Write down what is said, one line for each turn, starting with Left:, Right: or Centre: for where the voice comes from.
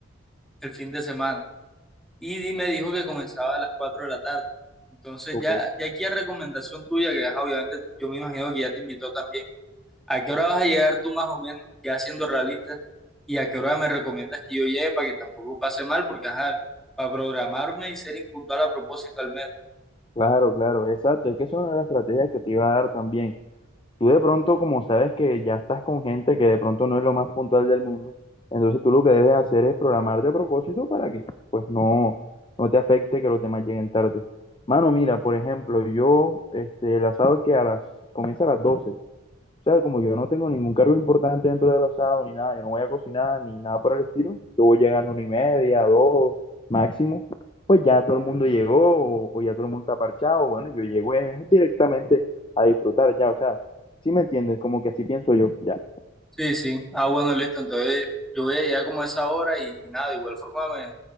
Centre: el fin de semana. y di- me dijo que comenzaba a las 4 de la tarde. Entonces
Left: Ok.
Centre: ya, ya aquí a recomendación tuya, que ajá, obviamente yo me imagino que ya te invitó también. ¿A qué hora vas a llegar tú más o menos, ya siendo realista? ¿Y a qué hora me recomiendas que yo llegue para que tampoco pase mal? Porque ajá, para programarme y ser impuntual a propósito al menos.
Left: Claro, claro, exacto. Es que es una de las estrategias que te iba a dar también. Tú de pronto, como sabes que ya estás con gente que de pronto no es lo más puntual del mundo, entonces tú lo que debes hacer es programarte a propósito para que pues no, no te afecte que los demás lleguen tarde. Mano, mira, por ejemplo, yo, este, el asado es que a las, comienza a las 12. O sea, como yo no tengo ningún cargo importante dentro del asado ni nada, yo no voy a cocinar ni nada por el estilo, yo voy llegando una y media, dos, máximo, pues ya todo el mundo llegó o, o ya todo el mundo está parchado, bueno, yo llego eh, directamente a disfrutar ya, o sea, ¿sí me entiendes? Como que así pienso yo, ya.
Centre: Sí, sí. Ah, bueno, listo. Entonces yo voy a llegar como a esa hora y, y nada, de igual forma me,